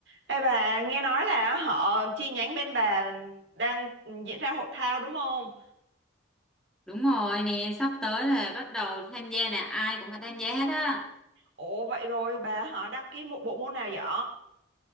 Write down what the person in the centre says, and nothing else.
Đúng rồi nè, sắp tới là bắt đầu tham gia nè, ai cũng phải tham gia hết á.